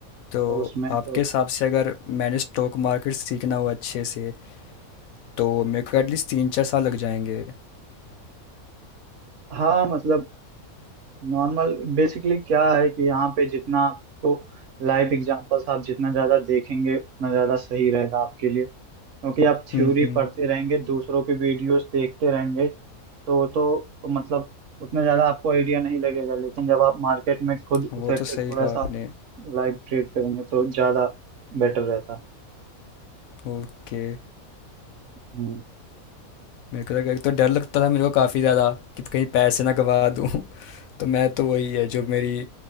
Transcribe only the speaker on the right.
तो उसमें
तो
हाँ मतलब नॉर्मल बेसिकली क्या है कि यहाँ पे जितना आपको लाइव एग्जांपल्स आप जितना ज़्यादा देखेंगे उतना ज़्यादा सही रहेगा आपके लिए क्योंकि आप थ्योरी
पढ़ते रहेंगे दूसरों के वीडियोस देखते रहेंगे तो तो मतलब उतना ज़्यादा आपको आइडिया नहीं लगेगा लेकिन जब आप मार्केट में खुद
उतर
के थोड़ा
सा
लाइव ट्रेड करेंगे तो ज़्यादा बेटर रहता
है